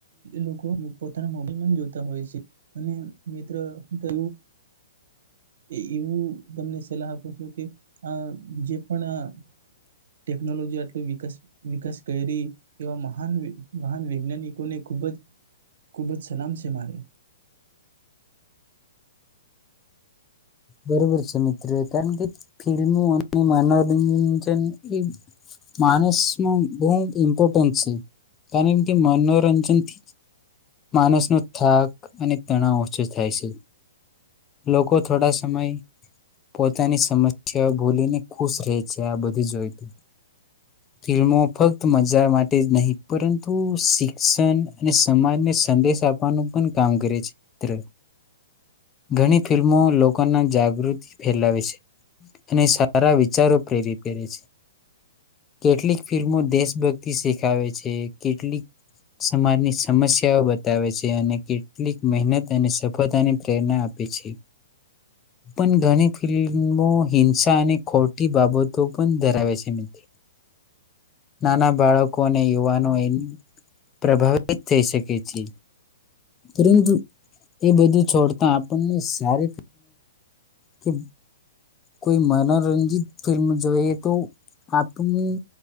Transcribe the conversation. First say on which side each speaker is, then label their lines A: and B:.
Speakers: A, on the right; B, on the left.
A: લોકો પોતાના મોબાઈલમાં જોતા હોય છે અને મિત્ર તો એ એવું તમને સલાહ આપું છું કે આ જે પણ આ ટેકનોલોજી આટલો વિકાસ વિકાસ કરી એવા મહાન મહાન વૈજ્ઞાનિકોને ખૂબ જ ખૂબ જ સલામ છે મારે
B: બરોબર છે મિત્ર કારણ કે ફિલ્મો અને મનોરંજન એ માણસમાં બહુ ઇમ્પોર્ટન્ટ છે કારણ કે મનોરંજનથી માણસનો થાક અને તણાવ ઓછો થાય છે લોકો થોડા સમય પોતાની સમસ્યા ભૂલીને ખુશ રહે છે આ બધું જોયું ફિલ્મો ફક્ત મજા માટે જ નહીં પરંતુ શિક્ષણ અને સમાજને સંદેશ આપવાનું પણ કામ કરે છે મિત્ર ઘણી ફિલ્મો લો લોકો મા જાગૃતિ ફેલાવે છે અને સારા વિચારો પ્રેરિત કરે છે કેટલીક ફિલ્મો દેશભક્તિ શેખાવે છે કેટલીક સમાજની સમસ્યાઓ બતાવે છે અને કેટલીક મહેનત અને સફળતાની પ્રેરણા આપે છે પણ ઘણી ફિલ્મો હિંસા અને ખોટી બાબતો પણ ધરાવે છે નાના બાળકો અને યુવાનો એ પ્રભાવિત થઈ શકે છે પરંતુ એ બધું છોડતા આપણને સારી કે કોઈ મનોરંજિત ફિલ્મ જોઈએ તો આપની